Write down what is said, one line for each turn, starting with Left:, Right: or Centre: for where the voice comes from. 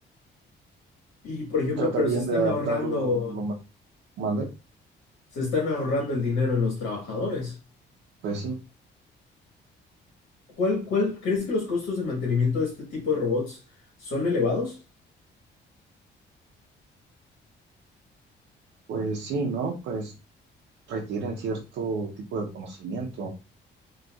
Left: Y por ejemplo,
Right: Tratarían
Left: pero se están
Right: de adaptarlo
Left: ahorrando,
Right: lo más. ¿Mande?
Left: se están ahorrando el dinero en los trabajadores.
Right: Pues sí,
Left: ¿Cuál, cuál, crees que los costos de mantenimiento de este tipo de robots son elevados?
Right: pues sí, ¿no? Pues requieren cierto tipo de conocimiento.